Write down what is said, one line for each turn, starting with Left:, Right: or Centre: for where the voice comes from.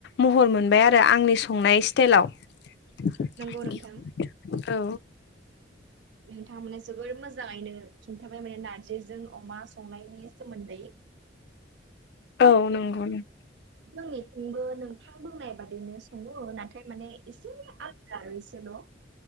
Left: महर मोनबाय आरो आंनि संनाय स्टाइलाव
Right: नंगौ नोंथां
Left: औ
Right: नोंथांमोना जोबोर मोजाङैनो खिन्थाबाय माने नारजिजों अमा संनायनि सोमोन्दै
Left: औ नंगौ नों
Right: जोंनिफ्रायबो नोंथां बुंनाय बादिनो सङो नाथाय माने एसे आलादा आरो एसेल' ओ